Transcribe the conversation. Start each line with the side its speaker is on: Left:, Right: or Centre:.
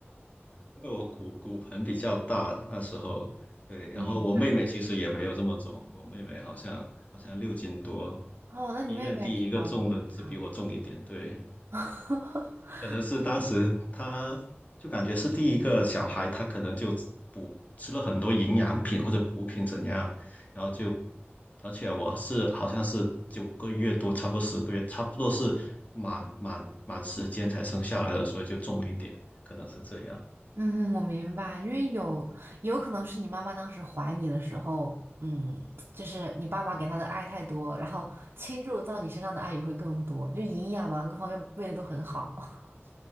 Left: 因为我骨骨盆比较大，那时候对，然后我妹妹其实也没有这么重，
Right: 我明白。
Left: 我妹妹好像好像六斤多，
Right: 哦，那你妹妹比较正常。
Left: 医院第一个重的只比我重一点，对，
Right: <laughs>
Left: 可能是当时她就感觉是第一个小孩，她可能就补吃了很多营养品或者补品怎样，然后就，而且我是好像是九个月多，差不多十个月，差不多是满满满时间才生下来的，所以就重一点，可能是这样。
Right: 嗯，我明白，因为有有可能是你妈妈当时怀你的时候，嗯，就是你爸爸给她的爱太多，然后倾注到你身上的爱也会更多，就营养嘛，各方面喂的都很好。<laughs>